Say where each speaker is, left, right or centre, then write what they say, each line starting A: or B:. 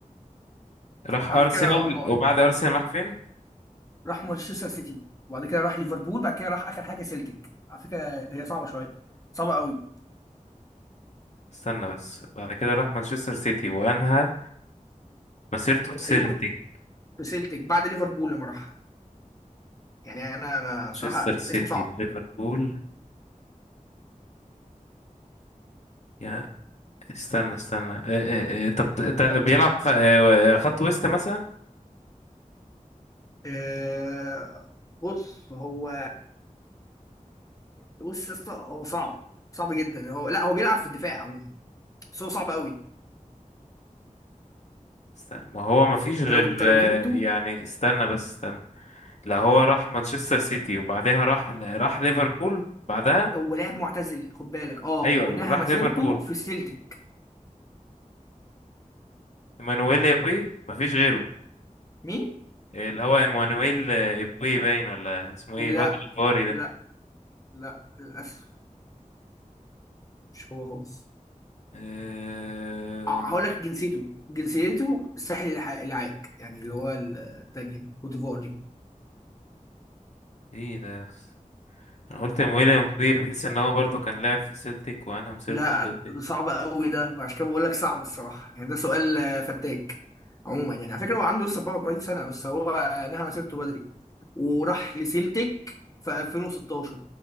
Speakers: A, on the left (about 55°); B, on the left (about 25°).
A: راح
B: على
A: ارسنال
B: فكره آه،
A: وبعد ارسنال راح فين
B: راح مانشستر سيتي وبعد كده راح ليفربول بعد كده راح اخر حاجه سيلتيك على فكره هي صعبه شويه صعبه قوي
A: استنى بس بعد كده راح مانشستر سيتي وانهى مسيرته في سيلتيك
B: ايوه في سيلتيك بعد ليفربول لما راح يعني انا ما صراحه
A: مانشستر سيتي
B: اسمه صعب
A: ليفربول يا استنى استنى اه اه اه طب ت- ت- بيلعب خ- اه، خط وسط مثلا
B: أه بص هو بص يا اسطى هو صعب صعب جدا هو لا هو بيلعب في الدفاع عموما بس هو صعب قوي
A: استنى ما هو ما فيش
B: انت
A: غير
B: لو انت لو
A: آه،
B: جبته
A: يعني استنى بس استنى لا هو
B: آه،
A: راح مانشستر سيتي وبعدها راح راح ليفربول بعدها
B: هو لاعب معتزل خد بالك اه
A: ايوه
B: وانها
A: راح
B: مسيرته
A: ليفربول
B: في سيلتيك
A: ايمانويل ايبوي ما فيش غيره
B: مين
A: آه، اللي هو ايمانويل آه، ايبوي باين ولا اسمه
B: لا
A: ايه الواد الباري ده
B: لا لا للاسف مش هو خالص
A: آه،
B: آه، هقول لك جنسيته جنسيته الساحل الع- العاج يعني اللي هو التانية كوت ديفوار دي
A: ايه ده يا أسطى؟ انا قلت ايمانويل ايبوي بحيث ان هو برضه كان لاعب في سيلتيك وانا مسيرته
B: لا
A: في سيلتيك
B: ده صعب قوي ده عشان كده بقول لك صعب الصراحه يعني ده سؤال آه، فتاك عموما يعني على فكره هو عنده لسه 44 سنه بس هو آه، نهى مسيرته بدري وراح لسيلتيك في 2016